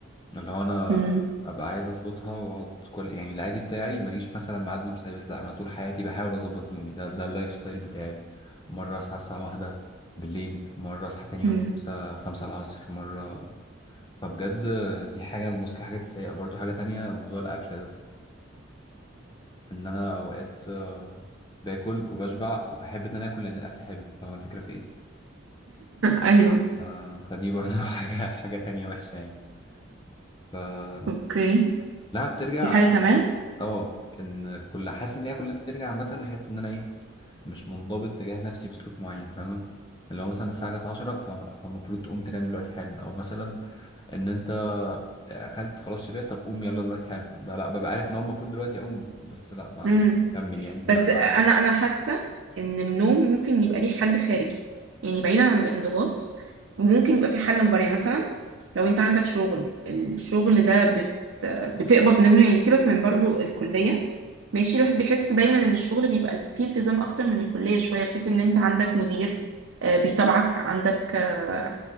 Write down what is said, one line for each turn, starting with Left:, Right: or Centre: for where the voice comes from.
Left: اللي هو أنا
Right: امم
Left: أبقى عايز أظبطها وأقعد كل يعني العادي بتاعي ماليش مثلا ميعاد نوم ثابت لأ أنا طول حياتي بحاول أظبط نومي ده ده اللايف ستايل بتاعي مرة أصحى الساعة واحدة بالليل مرة أصحى
Right: <laughs>
Left: تاني يوم
Right: امم
Left: خمسة خمسة العصر مرة فبجد دي حاجة من وسط الحاجات السيئة برضو حاجة تانية موضوع الأكل ده إن أنا أوقات آه، باكل وبشبع وبحب إن أنا آكل لأن الأكل حلو فاهم الفكرة في إيه؟
Right: ايوه
Left: ف- فدي برضو <laughs> حاجة حاجة تانية وحشة يعني فكلها
Right: اوكي
Left: بترجع
Right: في حاجه
Left: <laughs>
Right: كمان
Left: اه ان كل حاسس ان هي كلها بترجع عامه لحس ان انا ايه مش منضبط تجاه نفسي بسلوك معين فاهمه اللي هو مثلا الساعه جت 10 ف... فالمفروض تقوم تنام دلوقتي حالا او مثلا ان انت اكلت خلاص شبعت طب قوم يلا دلوقتي حالا لا لا ببقى عارف ان هو المفروض دلوقتي اقوم بس لا ما
Right: قولي
Left: زلت اكمل يعني في
Right: بس
Left: اللي انا
Right: انا
Left: بعمله
Right: انا حاسه ان النوم ممكن يبقى ليه حل خارجي يعني بعيدا عن الانضباط ممكن يبقى في حل مباري مثلا لو انت عندك شغل الشغل ده بت بتقبض منه يعني سيبك من برضو الكليه ماشي الواحد بيحس دايما ان الشغل بيبقى فيه التزام اكتر من الكليه شويه بحيث ان انت عندك مدير آه، بيتابعك عندك آه،